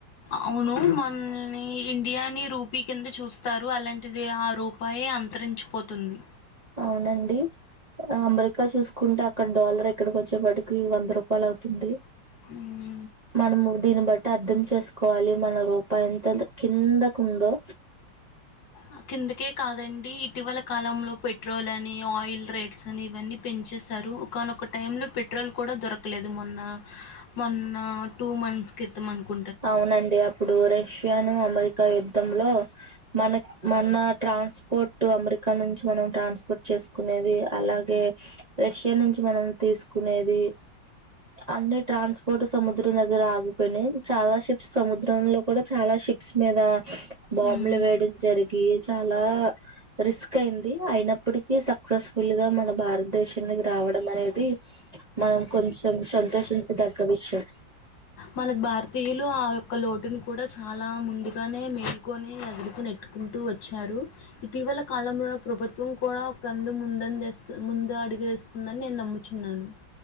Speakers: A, on the left (about 60°); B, on the right (about 50°).
A: అవును మనని ఇండియాని రూపీ కింద చూస్తారు అలాంటిది ఆ రూపాయి అంతరించిపోతుంది
B: అవునండి అమెరికా చూసుకుంటే అక్కడ డాలర్ ఎక్కడికి వచ్చేప్పటికి వంద రూపాయలు అవుతుంది
A: హ
B: మనము దీన్ని బట్టి అర్ధం చేసుకోవాలి మన రూపా ఎంత కిందకు ఉందో
A: ఆ కిందకే కాదండి ఇటీవల కాలంలో పెట్రోలని ఆయిల్ రేట్స్ అని ఇవన్నీ పెంచేసారు ఒకానొక టైమ్ లో పెట్రోల్ కూడ దొరకలేదు మొన్న మొన్నా టూ మంత్స్ కర్తమనకు
B: అవునండి అప్పుడు రష్యాను అమెరికా యుద్ధంలో మన మన ట్రాన్స్పోర్ట్ అమెరికా నుంచి మనం ట్రాన్స్పోర్ట్ చేసుకునేది అలాగే రష్యా నుంచి మనం తీసుకునేది అన్ని ట్రాన్స్పోర్ట్ సముద్ర నగర ఆగిపోని చాలా షిప్స్ సముద్రంలో కూడా చాలా షిప్స్ మీద బాంబులు
A: మ్మ్
B: వేడి జరిగి చాలా రిస్క్ అయింది అయినప్పటికీ సక్సెస్ఫుల్ గా మన భారతదేశానికి రావడం అనేది మనం కొంచెం సంతోషించదగ్గ విషయం
A: మనకు భారతీయులు ఆ యొక్క లోటుని కూడా చాలా ముందుకు కానే మేలుకొని ఎదురుకు నెట్టుకుంటూ వచ్చారు ఇటీవల కాలంలో ప్రభుత్వం కూడా ఒకంది ముందందస్తు ముందు అడిగేస్ ఉందని నేను నమ్ముచున్నాను